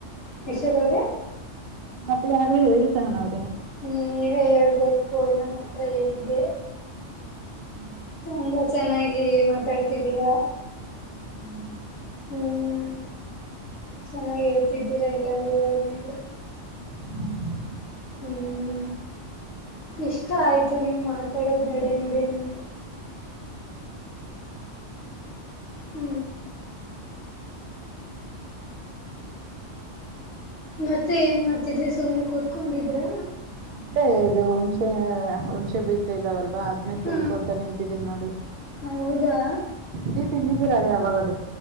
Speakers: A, on the left; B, on the right.
A: ವಿಷದೌರ
B: ಮತ್ತೆ ಯನಾದ್ೂ ಹೇಳಿ ಸಹ ನಾವ್
A: ಹ್ಮ್ ನೀವೇ ಹೇಳ್ಬೇಕು ನಮ್ಮತ್ತ ತ್ರೈಂದು
B: ಹ್ಮ್
A: ತುಂಬಾ ಚೆನ್ನಾಗಿ ಮಾತಾಡ್ತಿದ್ದೀರಾ
B: ಹ್ಮ್
A: ಹ್ಮ್ ಚೆನ್ನಾಗಿ ಹೇಳ್ತಿದ್ದೀರಾ ಎಲ್ಲಾ ವಿವರಣೆ ಎಲ್ಲ
B: ಹ್ಮ್
A: ಹ್ಮ್ ಇಷ್ಟ ಆಯ್ತು ನೀವು ಮಾತಾಡೋದ್ ನಡೆ ನಡೆ ನನ್ಗೆ ಹ್ಮ ಮತ್ತೆ ಏನ್ ಮಾಡ್ತಿದ್ರಿ ಸುಮ್ನೆ ಕೂತ್ಕೊಂಡಿದ್ರ
B: ಮೆ ಇದು ಹುಣಸೆ ಹಣ ಬ ಇದಾವಲ್ವಾ ಅದನ್ನೇ ಶುಲ್ಕೋತ
A: ಹ
B: ನಿಂತಿದೀನಿ <inaudible> ನೋಡಿ
A: ಹೌದಾ
B: ನೀ ತಿಂದಿದ್ದೀರದ ಹ <unintelligible>